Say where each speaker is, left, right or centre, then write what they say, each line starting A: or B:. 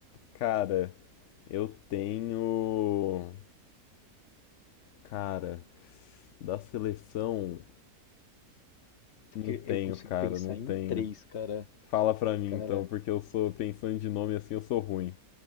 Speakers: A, on the left; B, on the left.
A: Cara, eu tenho. Cara, da seleção.
B: Porque
A: Não tenho,
B: eu consigo
A: cara,
B: pensar
A: não tenho.
B: em três, cara.
A: Fala pra mim
B: Cara,
A: então, porque eu sou, pensando de nome assim, eu sou ruim.